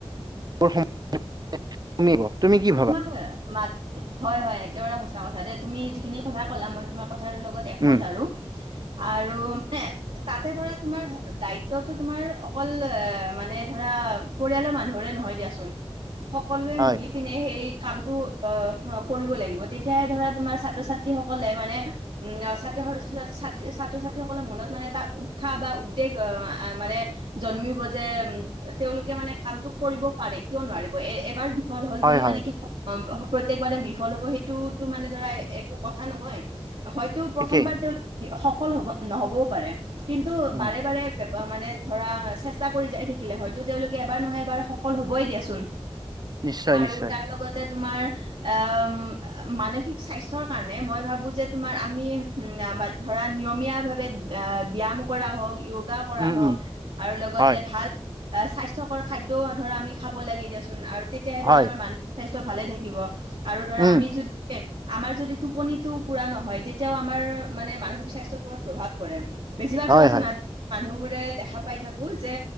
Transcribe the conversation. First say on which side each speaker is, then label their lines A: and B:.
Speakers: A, on the right; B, on the right.
A: <unintelligible>
B: <unintelligible> হয়, হয়, একেবাৰে সঁচা কথা দেই, তুমি যিখিনি কথা ক'লা, মই তোমাৰ কথাৰ লগত একমত
A: উম
B: আৰু। আৰু মানে তাতে ধৰা, তোমাৰ দায়িত্বতো তোমাৰ অকল মানে ধৰা, পৰিয়ালৰ মানুহৰে নহয় দিয়াচোন।
A: <inaudible>
B: সকলোৱে
A: হয়
B: মিলি পিনে সেই কামটো আহ কৰিব লাগিব, তেতিয়াহে ধৰা তোমাৰ ছাত্ৰ-ছাত্ৰীসকলে মানে উম, ছাত, ছাত্ৰ -ছাত্ৰীসকলৰ মনত মানে এটা উৎসাহ বা উদ্বেগ আহ মানে জন্মিব যে তেওঁওলোকে মানে কামটো কৰিব পাৰে, কিয় নোৱাৰিব, এ, এবাৰ বিফল হ'ল
A: হয়
B: বুলি
A: হয়
B: মানে কি প্ৰত্যেকবাৰে বিফল হ'ব, সেইটোতো মানে ধৰা একো কথা নহয়। হয় তো প্ৰথমবাৰ
A: ঠিকেই
B: তেওঁলোকে সফল হ'ব নহ'বও পাৰে, কিন্তু
A: উম
B: বাৰে-বাৰে মানে ধৰা, চেষ্টা কৰি যাই থাকিলে, হয়তো তেওঁলোকে এবাৰ নহয়, এবাৰ সফল হ'বই দিয়াচোন।
A: নিশ্চয়
B: আৰু
A: নিশ্চয়
B: তাৰ লগতে তোমাৰ অ, মানসিক স্বাস্থ্যৰ কাৰণে মই ভাবো যে, তোমাৰ আমি উম, ধৰা নিয়মীয়া ভাৱে ব্যায়াম কৰা হওঁক, যোগা কৰা
A: উম
B: হওঁক
A: উম
B: আৰু লগতে
A: হয়
B: ভাল আহ, স্বাস্থ্যকৰ খাদ্যও ধৰা আমি খাব লাগে দিয়াচোন, আৰু তেতিয়াহে ধৰা
A: হয়
B: আমাৰ মান সিক স্বাস্থ্য ভালে থাকিব। আৰু ধৰা
A: উম
B: আমি যদি আমাৰ যদি টোপনিটো পুৰা নহয়, তেতিয়াও আমাৰ মানে মানসিক স্বাস্থ্যৰ ওপৰত প্ৰভাৱ পৰে। বেছিভাগ
A: হয়
B: চাবাচোন
A: হয়
B: আজি মানুহবোৰে দেখা পাই থাকো যে,